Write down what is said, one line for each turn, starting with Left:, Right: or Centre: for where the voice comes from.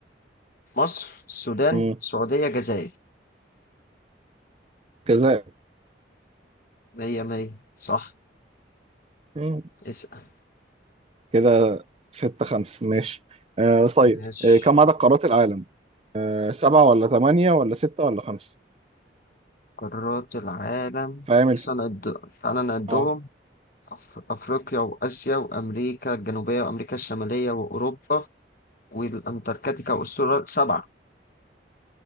Left: مصر السودان
Right: مم.
Left: سعوديه جزائر
Right: كذا
Left: مية مية صح
Right: مم.
Left: اسأل
Right: كده ستة خمسة ماشي آه طيب
Left: ماشي
Right: آه كم عدد قارات العالم؟ آه سبعة ولا ثمانية ولا ستة ولا خمسة؟
Left: قارات العالم
Right: فاهم الف...
Left: بس أنا قد- تعالى نعدهم
Right: اه
Left: أف- أفريقيا وآسيا وأمريكا الجنوبية وأمريكا الشمالية وأوروبا والأنتاركتيكا وأستراليا سبعة